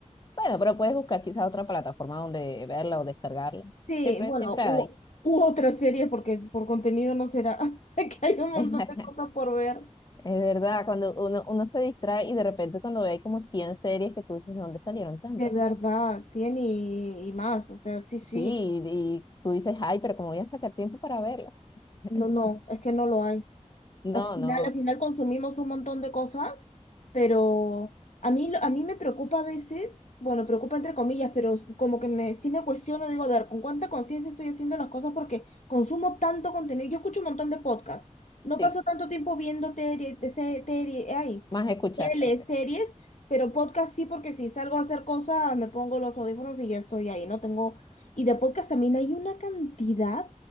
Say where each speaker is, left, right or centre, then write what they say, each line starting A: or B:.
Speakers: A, on the left; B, on the left.
A: Bueno, pero puedes buscar quizás otra plataforma donde verla o descargarla.
B: Sí,
A: Siempre,
B: bueno,
A: siempre
B: hubo,
A: hay.
B: hubo otras series porque por contenido no será, <laughs> que hay un montón
A: <laughs>
B: de cosas por ver.
A: Es verdad, cuando uno, uno se distrae y de repente cuando ve hay como 100 series que tú dices, ¿de dónde salieron tantas?
B: De verdad, 100 y, y más, o sea, sí, sí,
A: Sí, y tú dices, ay, pero ¿cómo voy a sacar tiempo para verlas? <laughs>
B: no, no, es que no lo hay. al
A: No,
B: final,
A: no,
B: al final consumimos un montón de cosas, pero
A: sí,
B: a mí, lo- a mí me preocupa a veces, bueno, preocupa entre comillas, pero s- como que me, sí me cuestiono, digo, a ver, ¿con cuánta conciencia estoy haciendo las cosas? Porque consumo tanto contenido. Yo escucho un montón de podcasts. No
A: sí,
B: paso tanto tiempo viendo tele, de se- tele, ay,
A: más escuchar,
B: tele,
A: ok.
B: series, pero podcast sí, porque si salgo a hacer cosas, me pongo los audífonos y ya estoy ahí, no tengo... Y de podcast también hay una cantidad,